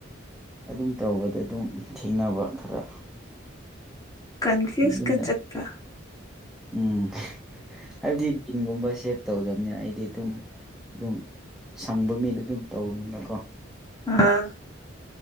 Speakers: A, in the centre; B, on the left.
A: ꯑꯗꯨꯝ ꯇꯧꯕꯗ ꯑꯗꯨꯝ ꯊꯦꯡꯅꯕ ꯈꯔ
B: ꯀꯟꯐ꯭ꯌꯨꯁ
A: ꯌꯨꯝꯗ
B: ꯀ ꯆꯠꯄ
A: ꯎꯝ ꯍꯥꯏꯕꯗꯤ ꯆꯤꯡꯒꯨꯝꯕ ꯁꯦꯞ ꯇꯧꯗꯕꯅꯤꯅ ꯑꯩꯗꯤ ꯑꯗꯨꯝ ꯑꯗꯨꯝ ꯁꯪꯕ ꯃꯤꯗꯣ ꯑꯗꯨꯝ ꯇꯧꯕꯅꯤꯅꯀꯣ
B: ꯑ